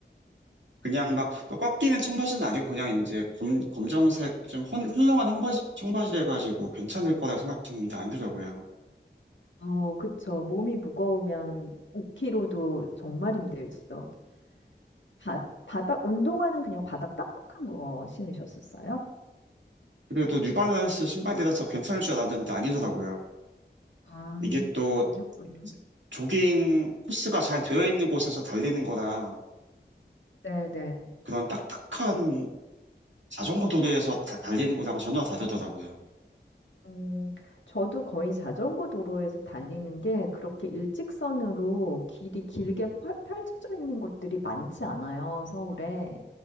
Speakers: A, on the right; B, on the left.
A: 그냥 막 꽉 끼는 청바지는 아니고 그냥 이제 검, 검정색 좀 헐- 헐렁한 청바지, 청바지 가지고 괜찮을 거라 생각했는데 아니더라고요.
B: 어, 그쵸. 몸이 무거우면 5kg도 정말 힘들죠. 바, 바닥, 운동화는 그냥 바닥 딱딱한 거 신으셨었어요?
A: 그래도 뉴발란스 신발이라서 괜찮을 줄 알았는데 아니더라고요.
B: 아,
A: 이게 또
B: 그러셨구나.
A: 조깅 코스가 잘 되어 있는 곳에서 달리는 거랑
B: 네네.
A: 그런 딱딱한 자전거 도로에서 다- 달리는 거랑 전혀 다르더라고요.
B: 음, 저도 거의 자전거 도로에서 달리는 게 그렇게 일직선으로 길이 길게 펼- 펼쳐져 있는 곳들이 많지 않아요, 서울에.